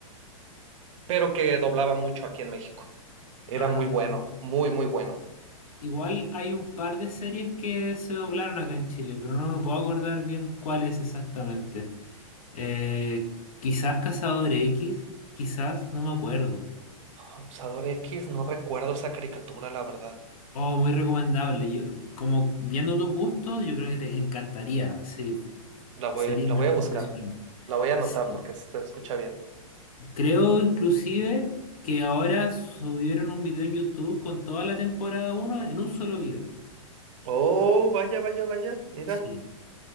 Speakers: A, on the right (about 60°); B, on the left (about 75°).
A: pero que doblaba mucho aquí en México. Era
B: a-
A: muy bueno, muy, muy bueno.
B: Igual hay un par de series que se doblaron acá en Chile, pero no me puedo acordar bien cuáles exactamente. Eh, quizás Cazador X, quizás, no me acuerdo.
A: Abusador X, no recuerdo esa caricatura, la verdad.
B: Oh, muy recomendable. Yo, como viendo tus gustos, yo creo que te encantaría. Sí,
A: La voy,
B: sería
A: la voy a buscar,
B: impresionante.
A: la voy a anotar
B: Sí.
A: porque se escucha bien.
B: Creo inclusive que ahora subieron un video en YouTube con toda la temporada uno en un solo video.
A: Oh, vaya, vaya, vaya. Mira,
B: Sí,